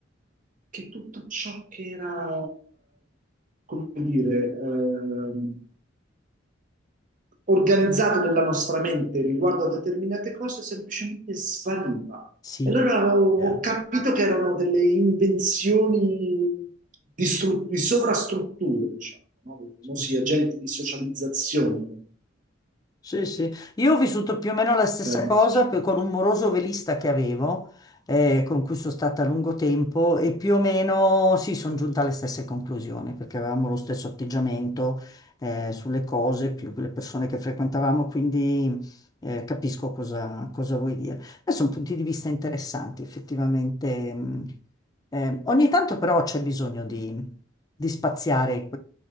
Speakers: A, on the right; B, on the left.
A: che tutto ciò che era, come dire, ehm, organizzato nella nostra mente riguardo a determinate cose semplicemente spariva.
B: Sì,
A: E allora ho
B: yeah,
A: capito che erano delle invenzioni di, stru- di sovrastrutture, diciamo, no? dei
B: sì,
A: famosi
B: sì.
A: agenti di socializzazione.
B: Sì, sì, io ho vissuto più o meno la stessa
A: termine
B: cosa
A: sociologico.
B: per- con un moroso velista che avevo, eh, con cui sono stata a lungo tempo e più o meno sì, sono giunta alle stesse conclusioni perché avevamo lo stesso atteggiamento eh, sulle cose, più le persone che frequentavamo, quindi eh, capisco cosa, cosa vuoi dire. Eh, sono punti di vista interessanti, effettivamente. mh. Eh, ogni tanto però c'è bisogno di, di spaziare